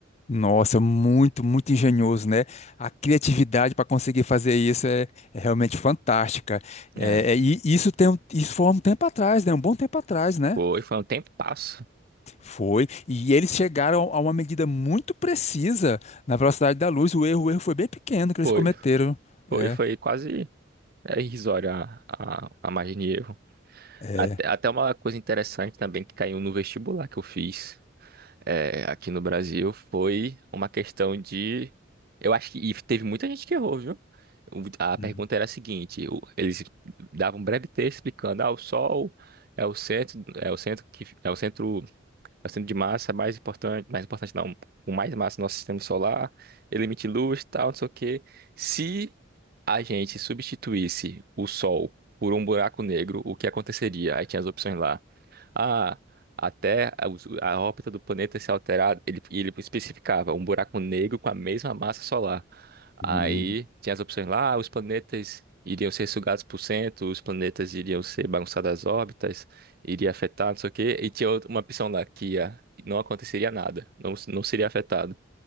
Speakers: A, on the left; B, on the right.
A: Nossa, muito, muito engenhoso, né? A criatividade para conseguir fazer isso é, é realmente fantástica. É,
B: É,
A: é, e isso tem, um- isso foi há um tempo atrás, né? Um bom tempo atrás, né?
B: foi, foi um tempo passo.
A: Foi. E eles chegaram a uma medida muito precisa na velocidade da luz. O erro, o erro foi bem pequeno que eles
B: Foi,
A: cometeram.
B: foi,
A: É.
B: foi quase é, irrisório a, a, a margem de erro.
A: É.
B: Até, até uma coisa interessante também que caiu no vestibular que eu fiz. é, aqui no Brasil foi uma questão de. Eu acho que e teve muita gente que errou, viu? O- A pergunta
A: Hum,
B: era a seguinte: o- eles davam um breve texto explicando, ah, o Sol é o centro, é o centro que é o centro, é o centro de massa mais importante, mais importante não, com mais massa do nosso sistema solar, ele emite luz, tal, não sei o quê. Se a gente substituísse o Sol por um buraco negro, o que aconteceria? Aí tinha as opções lá a, a a, os- a órbita do planeta se alterar, ele, e ele especificava um buraco negro com a mesma massa solar.
A: hum,
B: Aí tinha as opções lá, "Ah, os planetas iriam ser sugados por cento, os planetas iriam ser bagunçados as órbitas, iria afetar, não sei o quê, e tinha outra- uma opção lá que ia, não aconteceria nada, não, não seria afetado.